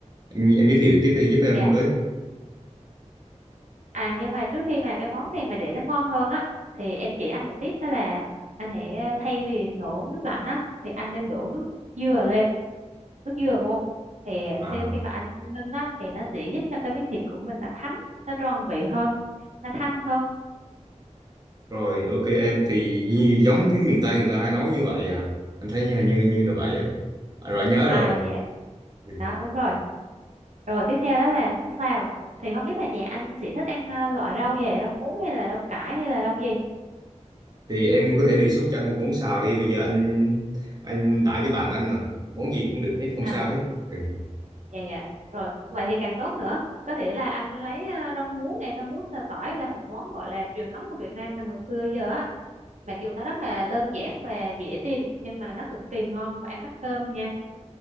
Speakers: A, on the right (about 35°); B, on the right (about 75°).
A: Em, em giới thiệu tiếp đi giúp em
B: dạ
A: với.
B: À nhưng mà trước khi mà cái món này mà để nó ngon hơn á thì em chỉ anh một tip đó là anh hãy ờ, thay vì đổ nước lạnh á thì anh nên đổ nước dừa lên, nước dừa vô. Thì
A: À
B: khi khi mà anh ninh á thì nó sẽ giúp cho cái miếng thịt của mình nó thấm, nó tròn vị hơn, nó thanh hơn.
A: rồi ok em thì như, giống dưới miền Tây người ta hay nấu như vậy à. Anh thấy như là như như là vậy ấy. À, rồi nhớ
B: À
A: rồi.
B: dạ,
A: Ừ.
B: đó đúng rồi. Rồi tiếp theo đó là món xào. Thì không biết là nhà anh sẽ thích ăn ờ, loại rau gì, rau muống hay là rau cải hay là rau gì?
A: thì em có thể đề xuất cho anh một món xào đi bây giờ anh anh tải cho bạn anh mà món gì cũng được hết không
B: À,
A: sao hết ừ.
B: dạ dạ rồi vậy thì càng tốt nữa có thể là anh lấy à, rau muống này rau muống sa tỏi là một món gọi là truyền thống của Việt Nam mình hồi xưa giờ á mà kiểu nó rất là đơn giản và dễ tìm nhưng mà nó cực kỳ ngon và ăn bắt cơm nha